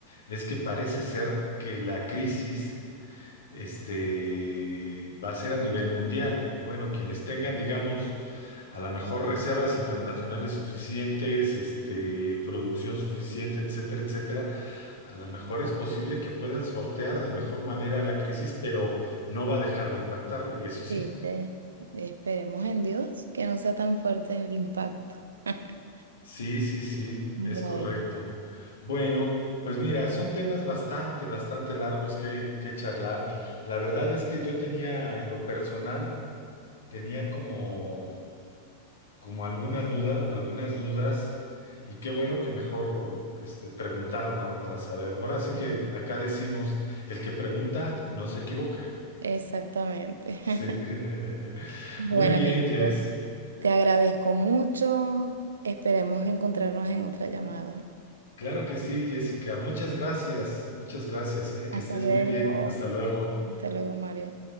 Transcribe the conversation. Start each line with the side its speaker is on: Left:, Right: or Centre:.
Left: es que parece ser que la crisis este, va a ser a nivel mundial. Y bueno, quienes tengan, digamos, a lo mejor reservas internacionales suficientes, este, producción suficiente, etcétera, etcétera. A lo mejor es posible que puedan sortear de mejor manera la crisis, pero no va a dejar de impactarle, eso sí.
Right: Sí. Eh, esperemos en Dios que no sea tan fuerte el impacto. <laughs>
Left: Sí, sí, sí,
Right: Bueno,
Left: es correcto. Bueno, pues mira, son temas bastante, bastante largos que, que charlar. La verdad es que yo tenía, en lo personal, tenía como como alguna duda, algunas dudas, y qué bueno que mejor este, preguntar, ¿no? Para saber. Ahora sí
Right: claro.
Left: que acá decimos, el que pregunta no se equivoca.
Right: Exactamente.
Left: Sí.
Right: <laughs>
Left: <laughs>
Right: Bueno,
Left: Muy bien,
Right: amigo,
Left: Jess.
Right: te agradezco mucho. Esperemos encontrarnos en otra llamada.
Left: Claro que sí, Jessica. Muchas gracias, muchas gracias, ¿eh?
Right: Hasta
Left: Que estés
Right: luego.
Left: muy bien. Hasta luego.
Right: Hasta luego, Mario.